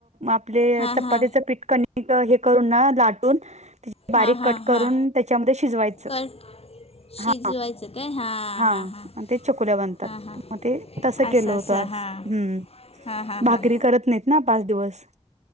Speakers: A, on the right; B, on the left.
A: आप
B: हां
A: चपातीच
B: हां
A: पीठ हे करून ना लाटून बारीक
B: हां हां
A: कट करून
B: हां
A: त्याच्यामध्ये शिजवायचं.
B: कट शिजवायचं
A: हा
B: काय हां
A: हा
B: हां हां
A: आणि ते चकुल्या बनतात
B: हां हां
A: मग ते तसं
B: असं
A: केलं होतं
B: असं
A: आज
B: हां
A: हम्म
B: हां हां
A: भाकरी
B: हां
A: करत नाहीत ना पाच दिवस